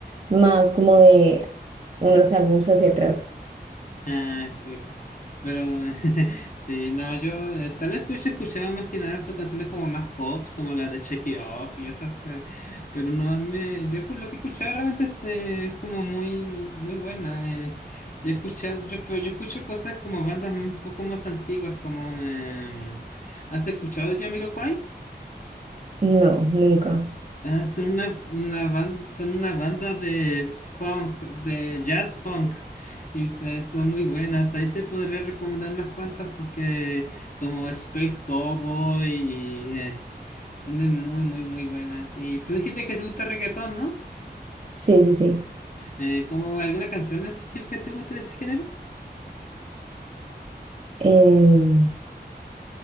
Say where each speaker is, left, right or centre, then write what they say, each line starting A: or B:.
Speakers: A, on the right; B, on the left.
A: más como de unos álbums hacia atrás.
B: Ah, este, co- pero <laughs> sí, no, yo eh, tal vez hubiese escuchado más que nada sus canciones como más pop, como la de Check It Off y esas, eh, pero no, a mí me- yo escu- lo que he escuchado realmente es, eh, es como muy, muy buena. eh. Yo he escuchado, yo, pero yo escucho cosas como bandas un poco más antiguas, como, eh, ¿has escuchado de Jamiroquai?
A: No, nunca.
B: Ah, son una, una ban- son una banda de funk, de jazz funk, y se- son muy buenas. Ahí te podría recomendar unas cuantas porque como Space Cowboy y eh, tienen muy, muy, muy buenas. Y tú dijiste que te gusta reggaetón, ¿no?
A: Sí, sí, sí.
B: Eh, ¿como alguna canción específica que te guste de ese género?
A: Em,